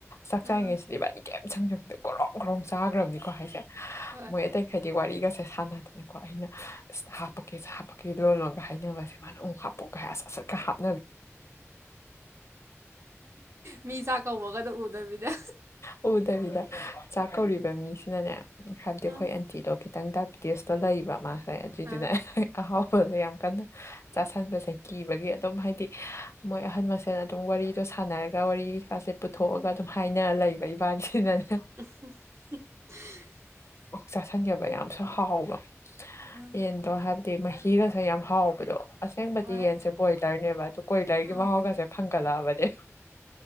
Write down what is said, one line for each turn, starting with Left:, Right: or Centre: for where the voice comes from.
Left: ꯆꯥꯛ ꯆꯥꯔꯤꯉꯩꯁꯤꯗꯤ
Right: ꯑꯥ
Left: ꯏꯕꯥꯅꯤ ꯀꯩꯝ ꯁꯪꯖꯕꯗꯣ ꯀꯣꯔꯣ ꯈꯨ꯭ꯔꯣꯡ ꯆꯥꯈ꯭ꯔꯕꯅꯤꯀꯣ ꯍꯥꯏꯁꯦ
Right: ꯍꯣꯏ
Left: ꯃꯣꯏ ꯑꯇꯩꯈꯗꯤ ꯋꯥꯔꯤꯒꯁꯦ ꯍꯥꯟꯅꯗꯅꯀꯣ ꯑꯩꯅ ꯑꯁꯤꯗ ꯍꯥꯞꯄꯛꯀꯦꯁ ꯍꯥꯞꯄꯛꯀꯦ ꯂꯣꯟ ꯂꯣꯒ ꯍꯥꯏꯅꯕꯁꯦ ꯃꯥꯅ ꯎꯨꯛ ꯍꯥꯞꯄꯨꯒ ꯍꯥꯏ ꯁꯠ ꯁꯠꯀ ꯍꯥꯞꯄ
Right: ꯃꯤ ꯀꯧꯒꯗ ꯎꯗꯕꯤꯗ
Left: ꯎꯗꯕꯤꯗ ꯆꯥꯛ ꯀꯧꯔꯤꯕ ꯃꯤꯁꯤꯅꯅꯦ ꯍꯥꯏꯕꯗꯤ ꯑꯩꯈꯣꯏ
Right: ꯑꯥ
Left: ꯑꯟꯇꯤꯗꯣ ꯈꯤꯇꯪ ꯗꯥꯏꯕꯤꯦꯇꯤꯁꯇꯣ ꯂꯩꯕ ꯃꯥꯁꯦ ꯖꯤ
Right: ꯑꯥ
Left: ꯆꯗ ꯑꯍꯣ ꯁꯨꯜꯗ ꯌꯥꯝ ꯀꯟꯅ ꯆꯥꯁꯟꯕꯁꯦ ꯀꯤꯕꯒꯤ ꯑꯗꯨꯝ ꯍꯥꯏꯗꯤ ꯃꯣꯏ ꯑꯍꯟ ꯃꯁꯦꯜ ꯑꯗꯨꯝ ꯋꯥꯔꯤꯗꯣ ꯁꯥꯟꯅꯔꯒ ꯋꯥꯔꯤꯥꯁꯦ ꯄꯨꯊꯣꯛꯑꯒ ꯑꯗꯨꯝ ꯍꯥꯏꯅꯔ ꯂꯩꯕ ꯏꯕꯥꯅꯤꯁꯤꯅꯅꯦ
Right: <inaudible>
Left: ꯆꯥꯁꯟꯖꯕ ꯌꯥꯝꯁꯨ ꯍꯥꯎꯕ
Right: ꯑꯥ
Left: ꯌꯦꯟꯗꯣ ꯍꯥꯏꯕꯗꯤ ꯃꯍꯩ ꯐꯤꯒꯁꯦ ꯌꯥꯝ ꯍꯥꯎꯕꯗꯣ ꯑꯁꯦꯡꯕꯗꯤ
Right: ꯍꯣꯏ
Left: ꯌꯦꯟꯁꯦ ꯕꯣꯏꯂꯔꯅꯦꯕ ꯑꯗꯨ ꯀꯣꯏꯂꯔꯒꯤ
Right: ꯑꯥ
Left: ꯃꯍꯥꯎꯒꯁꯦ ꯐꯪꯒꯠꯂꯛꯑꯕꯅꯦ